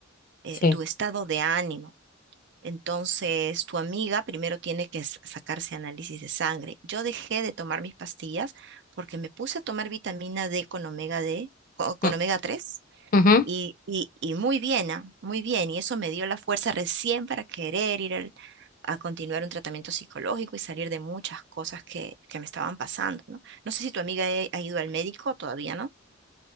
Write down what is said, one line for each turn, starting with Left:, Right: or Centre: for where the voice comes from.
Right: eh,
Left: sí.
Right: tu estado de ánimo. Entonces, tu amiga primero tiene que s- sacarse análisis de sangre. Yo dejé de tomar mis pastillas porque me puse a tomar vitamina D con omega D, co- con
Left: Mm,
Right: omega 3.
Left: ujú.
Right: Y, y, y muy bien, ah, Muy bien. Y eso me dio la fuerza recién para querer ir al- a continuar un tratamiento psicológico y salir de muchas cosas que, que me estaban pasando, ¿no? No sé si tu amiga he- ha ido al médico todavía, ¿no?